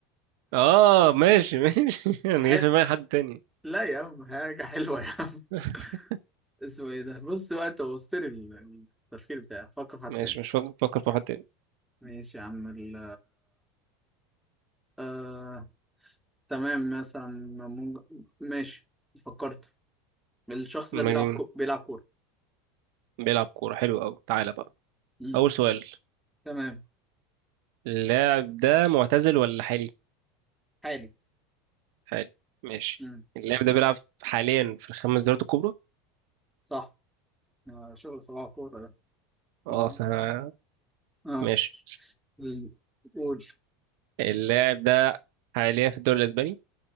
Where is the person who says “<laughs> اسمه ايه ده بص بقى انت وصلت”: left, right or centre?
Centre